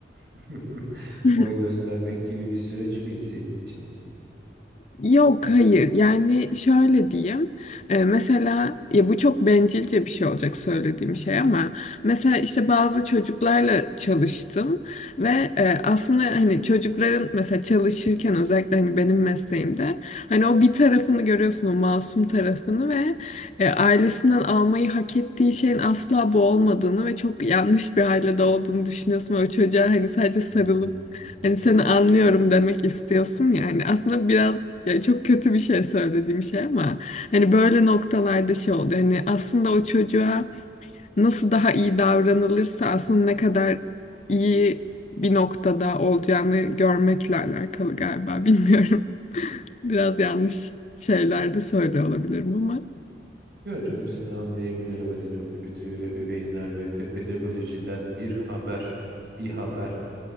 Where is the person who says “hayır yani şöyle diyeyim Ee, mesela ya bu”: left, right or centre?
Left